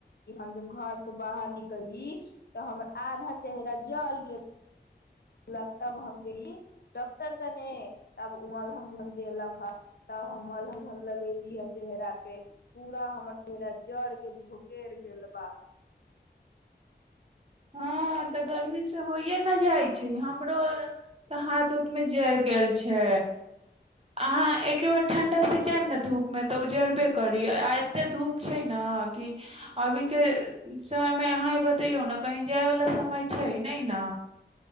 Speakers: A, on the left; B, on the right.
A: कि हम जब घर से बाहर निकलली तऽ हमर आधा चेहरा जल गेल लक तब हम गेली डॉक्टर कने तबलहम देलक हे तब हम मल हमलहम लगेली हे चेहरा पे पूरा हमर चेहरा जड़ के झोपड़ गेल बा
B: हँ तऽ गर्मी से होइे ने जाइ छै हमरो तऽ हाथ उथ मे जड़ गेल छै अहाँ एके बार ठंडा से जायम ने धूप मे तऽ उ जड़बे करी आ एते धूप छै ने कि अभी के समय मे अहाँ बतैयौ ने कहीं जाय वाला समय छै नहि ने